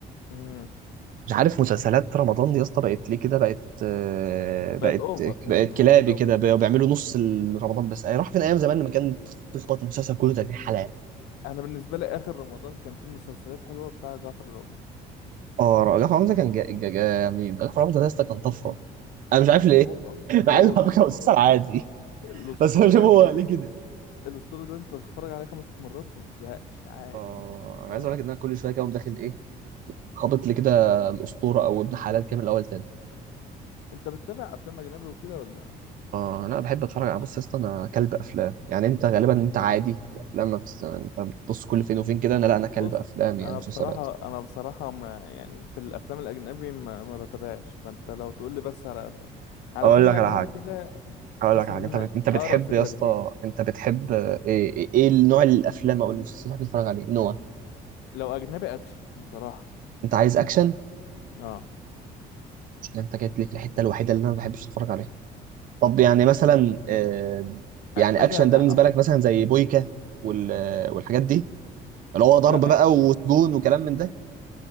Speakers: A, on the left (about 85°); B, on the right (about 55°).
A: امم
B: مش عارف مسلسلات رمضان دي يا اسطى بقت ليه كده بقت آه، بقت
A: بقت اوفر مثلا
B: بقت كلابي
A: اوفر قوي
B: كده بقوا بيعملوا نص رمضان بس يعني راح فين ايام زمان لما كان تخبط المسلسل كله 30 حلقه
A: انا بالنسبه لي اخر رمضان كان فيه المسلسلات حلوه بتاع جعفر العمدة
B: اه رجع حمزة كان جا... جا... جا... يعني رجع حمزة ده يا اسطى كان طفرة انا مش عارف
A: يعني
B: ليه
A: هو
B: <laughs> مع
A: هو
B: انه
A: الاسطوره
B: على فكرة مسلسل عادي
A: الاسطوره
B: <laughs> بس انا مش
A: ده
B: عارف هو
A: انت
B: ليه كده
A: الاسطوره ده انت تتفرج عليه خمس مرات وما تزهقش عادي
B: اه
A: اللي
B: انا عايز
A: هو
B: اقول لك ان انا كل شوية كده أقوم داخل ايه خابط لي كده الأسطورة او ابن حلال كامل الاول تاني
A: انت بتتابع افلام اجنبي وكده ولا
B: اه انا بحب اتفرج على بص يا اسطى انا كلب افلام يعني انت غالبا انت عادي الافلام ما بت... انت بتبص كل فين وفين كده انا لا انا كلب
A: بص
B: افلام يعني
A: انا
B: مسلسلات
A: بصراحه انا بصراحه ما يعني في الافلام الاجنبي ما, ما بتابعش فانت لو تقول لي بس على على
B: اقول
A: فيلم
B: لك على
A: اجنبي
B: حاجه
A: كده بحيث
B: اقول لك على
A: ان
B: حاجه انت
A: انا
B: بت... انت بتحب
A: اقرا الفكره
B: يا اسطى
A: اللي فيه
B: انت بتحب آه، ايه ايه إيه نوع الافلام او المسلسلات اللي بتتفرج عليه نوع
A: لو اجنبي اكشن بصراحه
B: انت عايز اكشن
A: اه
B: مشكلة انت جيت لي في الحتة الوحيدة اللي انا ما بحبش اتفرج عليها طب يعني مثلا آه، يعني
A: ع- مثلا
B: اكشن ده بالنسبة
A: اه
B: لك مثلا زي بويكا وال- آه، والحاجات دي اللي هو ضرب
A: لا
B: بقى
A: يعني
B: وسجون وكلام من ده